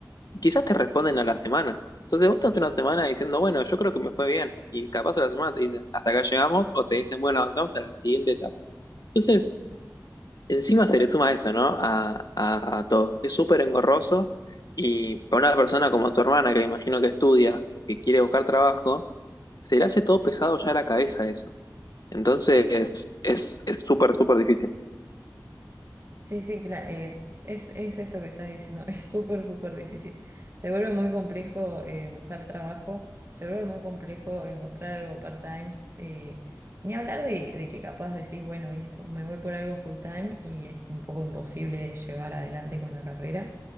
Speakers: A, on the left; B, on the right.
A: y quizás te responden a la semana. Entonces vos estás una semana diciendo, bueno, yo creo que me fue bien. Y capaz a la semana te dicen, hasta acá llegamos, o te dicen, bueno, avanzamos a la siguiente etapa. Entonces, encima se le suma esto, ¿no? A, a, a todo. Es súper engorroso y para una persona como tu hermana, que me imagino que estudia, que quiere buscar trabajo, se le hace todo pesado ya a la cabeza eso. Entonces, es es súper, súper difícil.
B: Sí, sí, claro, es, es esto que estás diciendo, <laughs> es súper, súper difícil. Se vuelve muy complejo eh, buscar trabajo, se vuelve muy complejo encontrar algo part-time, eh, ni hablar de, de que capaz decís, bueno, listo, me voy por algo full-time y es un poco imposible llevar adelante con la carrera.